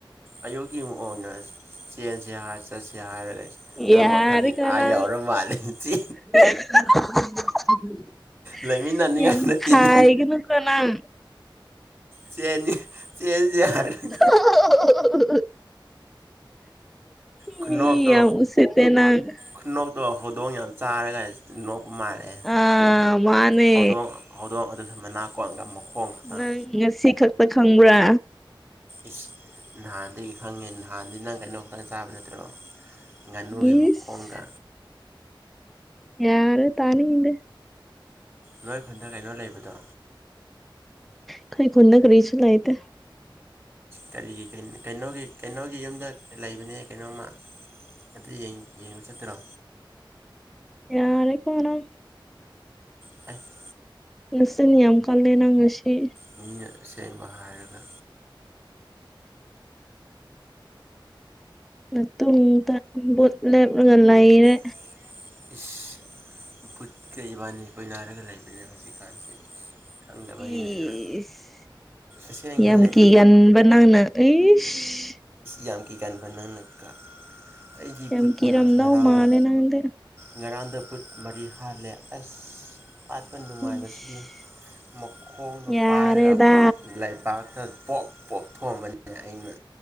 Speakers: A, on the right; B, in the centre.
A: ꯑꯌꯨꯛꯀꯤ ꯑꯣꯏꯅ ꯆꯦꯟꯁꯦ ꯍꯥꯏ ꯌꯥꯔꯦ
B: ꯌꯥꯔꯦꯀꯣ
A: ꯅꯪ ꯋꯥꯈꯜꯗꯤ ꯑꯥ
B: ꯅꯪ
A: ꯌꯥꯎꯔ ꯃꯥꯜꯂꯦ ꯆꯤ
B: <inaudible>
A: ꯂꯩꯃꯤꯟꯅꯅꯤꯡꯉꯥꯢ
B: ꯌꯥꯝ
A: ꯅꯠꯇꯦꯅꯦ
B: ꯈꯥꯏꯒꯅꯨꯀꯣ ꯅꯪ
A: ꯆꯦꯟꯁꯦ ꯍꯥꯏꯔꯒ
B: <inaudible>
A: ꯈꯨꯅꯣꯛꯇꯣ
B: ꯃꯤ ꯌꯥꯝ ꯎꯁꯤꯠꯇꯦ ꯅꯪ
A: ꯈꯨꯅꯣꯛꯇꯣ ꯍꯧꯗꯣꯡ ꯌꯥꯝ ꯆꯥꯔꯒ ꯅꯣꯛꯄ ꯃꯥꯜꯂꯦ
B: ꯑꯥ ꯃꯥꯅꯦ
A: ꯍꯧꯗꯣꯡ ꯍꯧꯗꯣꯡ ꯑꯗꯨꯁꯨ ꯃꯅꯥꯀꯣꯟꯒ ꯃꯈꯣꯡ ꯈꯛꯇꯪ
B: ꯅꯪ ꯉꯁꯤ ꯈꯛꯇ ꯈꯪꯕ꯭ꯔꯥ
A: ꯏꯁ ꯅꯍꯥꯟꯗꯒꯤ ꯈꯪꯉꯦ ꯅꯍꯥꯟꯗꯤ ꯅꯪ ꯀꯩꯅꯣ ꯈꯛꯇꯪ ꯆꯥꯕ ꯅꯠꯇ꯭ꯔꯣ ꯉꯥꯅꯨꯒꯤ
B: ꯏꯁ
A: ꯃꯈꯣꯡꯒ
B: ꯌꯥꯔꯦ ꯇꯥꯅꯤꯡꯗꯦ
A: ꯅꯣꯏ ꯈꯨꯟꯗ ꯀꯩꯅꯣ ꯂꯩꯕꯗꯣ
B: ꯑꯩꯈꯣꯢ ꯈꯨꯟꯗ ꯀꯔꯤꯁꯨ ꯂꯩꯇꯦ
A: ꯀꯔꯤꯒꯤ ꯀꯩꯅꯣꯒꯤ ꯀꯩꯅꯣꯒꯤ ꯌꯨꯝꯗ ꯂꯩꯕꯅꯦ ꯀꯩꯅꯣꯝꯃ ꯑꯗꯨ ꯌꯦꯡꯕ ꯆꯠꯇꯔꯣ
B: ꯌꯥꯔꯦꯒꯣ ꯅꯪ
A: ꯇꯞ <inaudible>
B: ꯅꯆꯤꯟ ꯌꯥꯝ ꯀꯜꯂꯦ ꯅꯪ ꯉꯁꯤ
A: ꯃꯤꯅ ꯑꯁꯦꯡꯕ ꯍꯥꯏꯔꯒ
B: ꯅꯇꯨꯡꯗ ꯕꯨꯠ ꯂꯦꯞꯂꯒ ꯂꯩꯔꯦ
A: ꯂꯉꯏꯅꯦ <inaudible> ꯕꯨꯠꯀ ꯏꯕꯥꯅꯤ ꯀꯣꯏꯅꯔꯒ ꯂꯩꯕꯅꯦ ꯍꯧꯖꯤꯛꯀꯥꯟꯁꯦ ꯈꯪꯗꯕꯒꯤꯅꯦ
B: ꯏꯁ
A: ꯅꯪ ꯑꯁꯦꯡꯕꯅꯦ
B: ꯌꯥꯝ ꯀꯤꯒꯥꯟꯕ ꯅꯪꯅ ꯏꯁ
A: ꯌꯥꯝ ꯒꯤꯀꯥꯟꯕ ꯅꯪ ꯒꯥꯢꯅ ꯑꯩꯒꯤ
B: ꯌꯥꯝ
A: ꯏꯕꯨꯜ
B: ꯀꯤꯔꯝꯗꯧ
A: ꯄꯨꯅ ꯉꯔꯥꯡꯗ
B: ꯃꯥꯜꯂꯦ ꯅꯪꯗꯤ
A: ꯉꯔꯥꯡꯗ ꯕꯨꯠ ꯃꯔꯤ ꯍꯥꯜꯂꯦ ꯑꯁ ꯍꯥꯠꯄ ꯅꯨꯡꯉꯥꯏꯕꯁꯤꯗꯤ
B: ꯏꯁ
A: ꯃꯈꯣꯡꯗꯣ
B: ꯌꯥꯔꯦꯗ
A: ꯄꯥꯏꯔꯒ ꯂꯩꯕꯥꯛꯇ ꯄꯣꯞ ꯄꯣꯊꯣꯑꯝꯕꯅꯦ ꯑꯩꯅ